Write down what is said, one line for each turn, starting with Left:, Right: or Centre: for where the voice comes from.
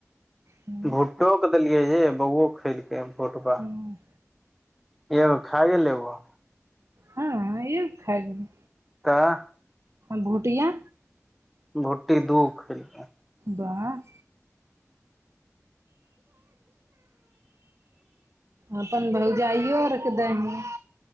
Right: ह
Centre: भुटो क देलियै जे बौओ खेलकै। भूटपा
Right: हँ
Centre: एगो खाए लेबो।
Right: हँ एगो खा गेलै।
Centre: तऽ
Right: भुटिया?
Centre: भुट्टी दू खेलकै।
Right: बाह अपन भौजाइो आरके दही।